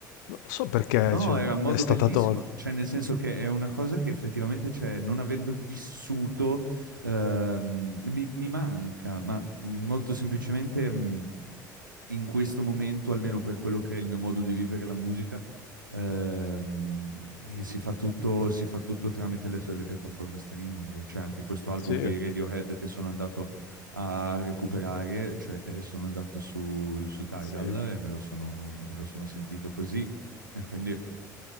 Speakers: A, on the left; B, on the right.
A: non lo so perché,
B: No,
A: cioè,
B: era un modo
A: è stata
B: bellissimo,
A: tolta.
B: cioè nel senso che è una cosa che effettivamente, cioè, non avendo vissuto, ehm, mi, mi manca, ma molto semplicemente... mh, in questo momento, almeno per quello che è il mio modo di vivere la musica, ehm, e si fa tutto, si fa tutto tramite le, le piattaforme streaming, cioè anche questo album
A: Sì,
B: dei Radiohead che sono andato a recuperare, cioè eh, sono andato su, su Tidal
A: sì.
B: e me lo sono, e me lo sono sentito così, e quindi,